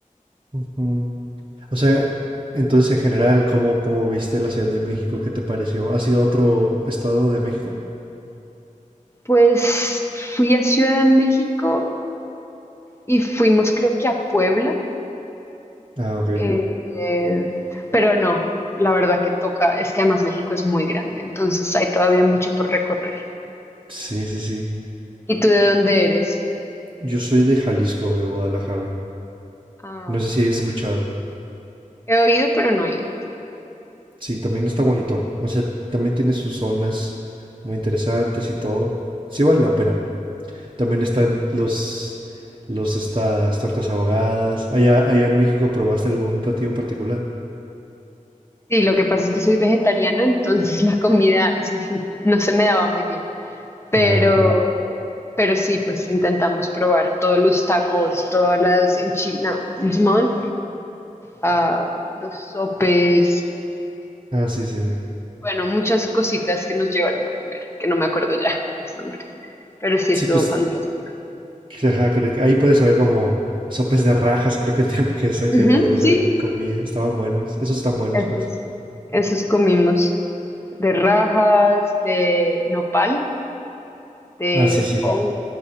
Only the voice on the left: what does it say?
Pues fui a Ciudad de México y fuimos creo que a Puebla.
eh, pero no, la verdad que toca, es que además México es muy grande, entonces hay todavía mucho por recorrer.
¿Y tú de dónde eres?
Ah,
ok.
He oído, pero no he ido.
Sí, lo que pasa es que soy vegetariana, entonces <laughs> la comida es- <laughs> no se me daba muy bien. Pero,
pero sí, pues intentamos probar todos los tacos, todas las enchiladas, ¿cómo se llamaban? Ah, los sopes,
bueno, muchas cositas que nos llevaron a comer, que no me acuerdo ya <laughs> los nombres, pero sí
estuvo
fantástico.
Ujú,
sí,
esos,
esos comimos de rajas, de nopal. de,
hon-